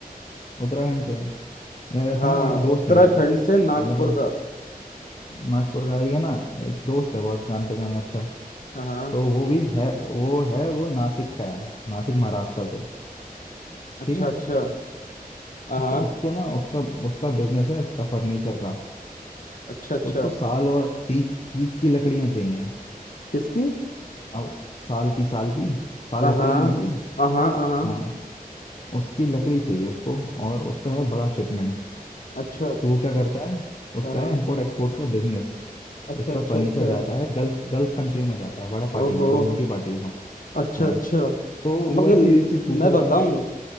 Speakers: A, on the left; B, on the left.
A: उत्तराखंड से यार ऐसा
B: हाँ
A: ना एक दोस्त
B: उत्तराखंड
A: है मेरा
B: से नागपुर
A: अब मतलब
B: का
A: नागपुर का ही है ना एक दोस्त है बहुत जान पहचान में अच्छा
B: हाँ हाँ,
A: तो वो भी है वो है वो नासिक का है नासिक महाराष्ट्र से
B: अच्छा
A: ठीक है
B: अच्छा हाँ
A: तो
B: हाँ,
A: उसको ना उसका उसका बिजनेस है इसका फर्नीचर का
B: अच्छा अच्छा
A: तो उसको साल और तीक तीक की लकड़ियां चाहिए
B: किसकी
A: अब साल की साल की साल
B: हाँ
A: लकड़ी
B: हाँ
A: नहीं होती है
B: हाँ हाँ,
A: हाँ उसकी लकड़ी चाहिए उसको और उसका है बड़ा शिपमेंट
B: अच्छा
A: तो वो क्या करता है उसका
B: हाँ हाँ,
A: है इम्पोर्ट एक्सपोर्ट का बिजनेस
B: अच्छा
A: उसका
B: अच्छा
A: फर्नीचर
B: अच्छा
A: जाता है गल्फ गल्फ कंट्री में जाता है बड़ा पार्टी
B: ओहो
A: मतलब मोटी पार्टी है समझ
B: अच्छा
A: हाँ
B: अच्छा
A: तो
B: मगर
A: वैसे वैसे पूछ
B: मैं
A: रहा
B: बताऊं
A: था मैं